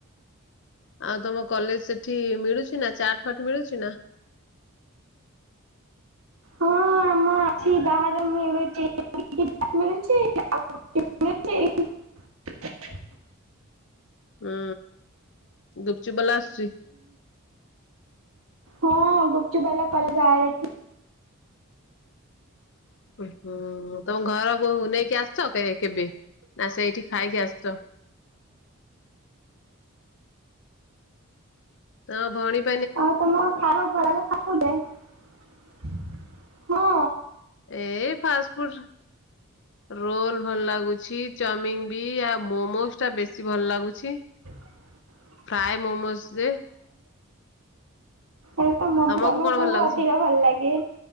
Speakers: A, on the left; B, on the right.
A: ଆଉ ତମ କଲେଜ ସେଠି ମିଳୁଛି ନା ଚାଟ ଫାଟ ମିଳୁଛି ନା
B: ହଁ ଆମ ଅଛି ବାହାରେ ମିଳୁଛି ମିଳଛି ଆଉ ମିଳୁଚି
A: ହୁଁ ଗୁପଚୁପ ବଲା ଆସୁଛି
B: ହଁ ଗୁପଚୁପ ବାଲା କାଲି <unintelligible>
A: ହୁଁ ତମ ଘରକୁ ନେଇକି ଆସିଛନ୍ତି କେବେ? ନା ସେଇଠି ଖାଇକି ଆସଛ। ହଁ <unintelligible>
B: ଆଉ ତମ ଖାଇବାକୁ ଭଡା କେତେ ଟଙ୍କା ନୋଉଚେ ହଁ
A: ଏ ଫାଷ୍ଟ ଫୁଡ ରୋଲ ଭଲ ଲାଗୁଛି ଚାଉମିିନ ବି ଆଉ ମୋମୋ ଟା ବେଶୀ ଭଲ ଲାଗୁଛି।
B: <inaudible>
A: ଫ୍ରାଏ ମୋମୋଜ ଦେ
B: ଏ ତ ମୋମୋ
A: ତମକୁ
B: ସମସ୍ତିଙ୍କୁ
A: କଣ ଭଲ ଲାଗୁଛି?
B: ଅଧିକ ଭଲ ଲାଗେ।